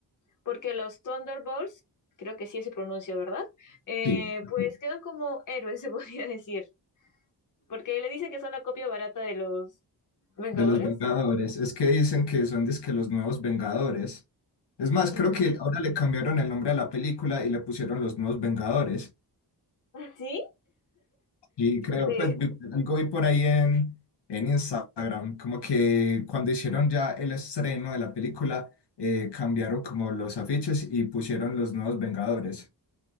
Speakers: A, on the left; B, on the left.
A: porque los Thunderbolts, creo que sí se pronuncia, ¿verdad? Eh,
B: sí,
A: pues
B: sí.
A: quedan como héroes, <laughs> se podría decir, porque le dicen que son la copia barata de los Vengadores.
B: de los Vengadores. Es que dicen que son dizque los nuevos Vengadores. Es más,
A: Mm,
B: creo que ahora le cambiaron el nombre a la película y le pusieron los nuevos Vengadores.
A: ¿Sí?
B: Y creo,
A: Sí,
B: pues vi- algo vi por ahí en, en Instagram, como que cuando hicieron ya el estreno de la película, eh, cambiaron como los afiches y pusieron los nuevos Vengadores.